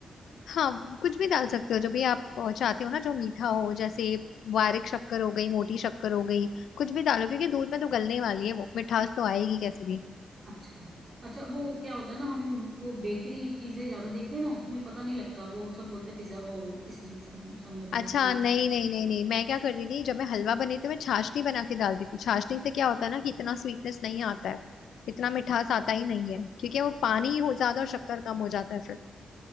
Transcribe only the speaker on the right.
अच्छा अच्छा वो क्या होता है ना हम वो बेकरी चीजें ज्यादा देखते हैं ना उसमें पता नहीं लगता वो सब बोलते पिज्जा हुआ हो इसलिए सब समझने
के लिए
पूछा